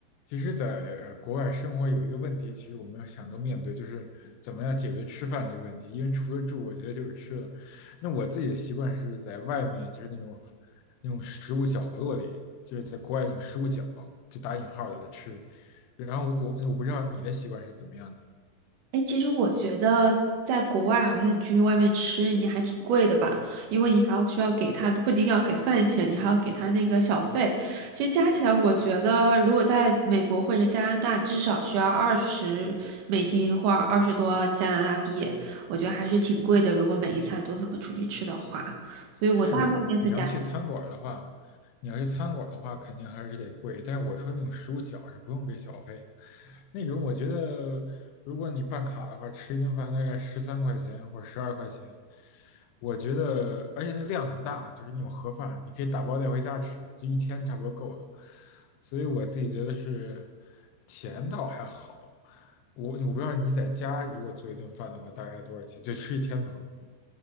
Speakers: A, on the left; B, on the right.
A: 其实在，呃国外生活有一个问题，其实我们要想都面对，就是怎么样解决吃饭这个问题。因为除了住，我觉得就是吃了。那我自己的习惯是在外面，就是那种那种食物角落里，就是在国外那种食物角，就打引号的吃。然后我我我不知道你的习惯是怎么样的。
B: 哎，其实我觉得在国外，好像你出去外面吃，你还挺贵的吧？因为你还要需要给他，不仅要给饭钱，你还要给他那个小费。其实加起来，我觉得如果在美国或者加拿大，至少需要二十美金或二十多加拿大币，我觉得还是挺贵的。如果每一餐都这么出去吃的话，所以我大部分时间在家。
A: 是的，你要去餐馆儿的话，你要去餐馆儿的话，肯定还是得贵。但是我说那种食物角是不用给小费的，那种我觉得，如果你办卡的话，吃一顿饭大概十三块钱或者十二块钱，我觉得，而且那量很大，就是那种盒饭，你可以打包带回家吃，就一天差不多够了。所以我自己觉得是钱倒还好，我我不知道你在家如果做一顿饭的话，大概多少钱？就吃一天的话，